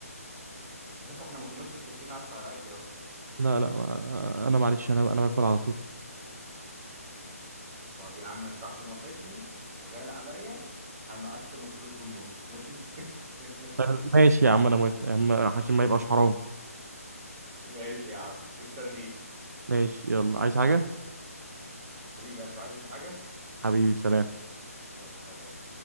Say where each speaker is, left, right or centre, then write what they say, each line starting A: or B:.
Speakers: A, on the right (about 30°); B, on the right (about 85°).
A: يا اسطى إحنا ما كناش متفقين أصلا على الأكل يا اسطى
B: لا لا ما- انا معلش انا انا باكل على طول
A: طب يا عم أنت عشان وحشني وغالي عليا هنقسم الفلوس بالنص ماشي <laughs> ماشي
B: طيب، ماشي يا عم انا موافق يا عم عشان ما يبقاش حرام
A: ماشي يا عم مستنيك
B: ماشي يلا عايز حاجه
A: حبيب قلبي عايز انت حاجة
B: حبيبي سلام
A: يلا سلام